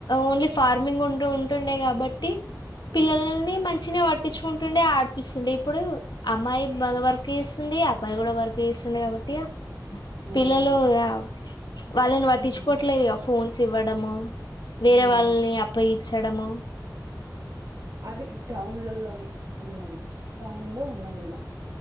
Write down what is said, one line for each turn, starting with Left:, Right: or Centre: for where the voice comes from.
Left: ఓన్లీ ఫార్మింగ్ ఉంట ఇప్పుడు ఉంటుండే కాబట్టి పిల్లలని
Right: ఉమ్,
Left: మంచిిన పడు పట్టించుకుంటుండే ఆడిపిస్తుండే ఇప్పుడు అమ్మాయి బవర్కిీస్ సూందియా అబ్బాయే కూడా వర్క్ చేస్తుండు కాబట్టి
Right: అవును
Left: పిల్లలుయా కిక్ వాళ్ళని వట్టించుకోవట్లేదుగా
Right: ఉమ్,
Left: ఫోన్ సివడము వేరే
Right: ఉమ్.
Left: వాళ్ళని అప్పగి చదము
Right: అవి టౌన్లలలోనే ఉన్నవి టౌన్ లో లో ఉన్నవేళ